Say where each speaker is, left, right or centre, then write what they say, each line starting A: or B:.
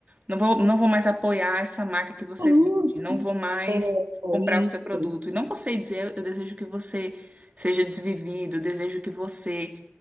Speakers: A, on the right; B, on the right.
A: não vou, não vou mais apoiar essa marca que você
B: Sim,
A: vende,
B: sim,
A: não vou mais
B: é
A: comprar
B: isso.
A: o seu produto. E não você dizer, eu desejo que você seja desvivido, eu desejo que você